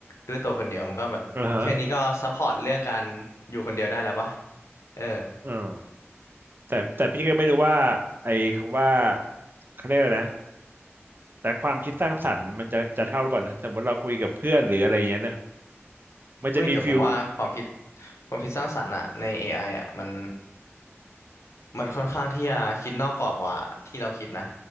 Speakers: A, on the left (about 85°); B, on the right (about 45°).
A: ด้วยตัวคนเดียวมันก็แบบแค่นี้ก็ซัพพอร์ตเรื่องการอยู่คนเดียวได้แล้วปะ
B: อ่าฮะ
A: เออ
B: อืมแต่แต่พี่ก็ไม่รู้ว่าไอ้คำว่าเขาเรียกอะไรนะแต่ความคิดสร้างสรรค์มันจะจะเท่าหรือเปล่านะสมมติเราคุยกับเพื่อนหรืออะไรอย่างเงี้ยนะมันจะมีฟิล
A: อุ้ยแต่ผมว่าความคิดความคิดสร้างสรรค์อะใน AI อไออะมันมันค่อนข้างที่จะคิดนอกกรอบกว่าที่เราคิดนะ